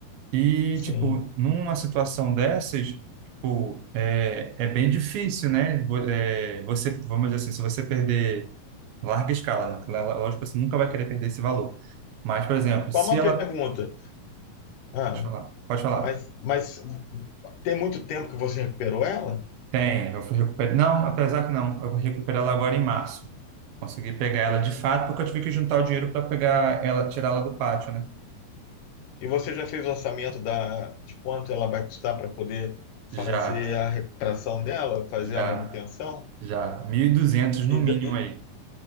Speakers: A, on the right; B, on the left.
A: E,
B: sim.
A: tipo, numa situação dessas, tipo, é, é bem difícil, né? Vo- eh, você, vamos dizer assim, se você perder larga escala, né? Lá- Lógico, você nunca vai querer perder esse valor. Mas, por exemplo, se
B: Só uma
A: ela...
B: pergunta. Ah,
A: Pode falar, pode falar.
B: mas, mas tem muito tempo que você recuperou ela?
A: Tem, eu fui recuperar... Não, apesar que não, eu vou recuperar ela agora em março. Consegui pegar ela de fato, porque eu tive que juntar o dinheiro para pegar ela, tirar ela do pátio, né?
B: E você já fez o orçamento da, de quanto ela vai custar para poder
A: Já,
B: fazer a recuperação dela, fazer
A: já.
B: a manutenção?
A: Já, 1.200 no
B: E,
A: mínimo
B: da- e
A: aí.